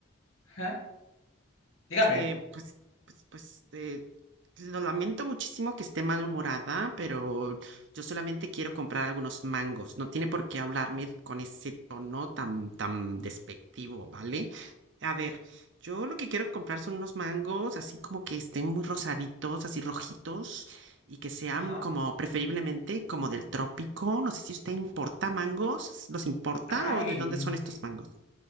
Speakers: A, on the left; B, on the right.
A: ¿Ah? Dígame.
B: Este, pues, pues, pues, eh, lo lamento muchísimo que esté malhumorada, pero yo solamente quiero comprar algunos mangos. No tiene por qué hablarme con ese tono tan, tan despectivo, ¿vale? A ver, yo lo que quiero comprar son unos mangos así como que estén muy rosaditos, así rojitos, y que sean
A: Ajá.
B: como preferiblemente como del trópico. No sé si usted importa mangos, ¿los importa
A: Ay,
B: o de dónde son estos mangos?